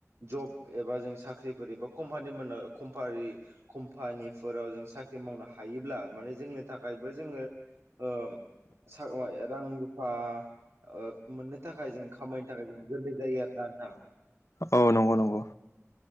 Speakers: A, on the right; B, on the left.
A: जब एबा जों साख्रिफोर एबा कम्पानि मोन कमफानि कम्पानिफोराव जों साख्रि मावनो हायोब्ला माने जोंनि थाखाय बो जोंङो ओ सा रां रुफा ओ मोननो थाखाय जों खामायनो थाखाय जों गोरलै जायो आरो ना नोंथां।
B: औ नंगौ नंगौ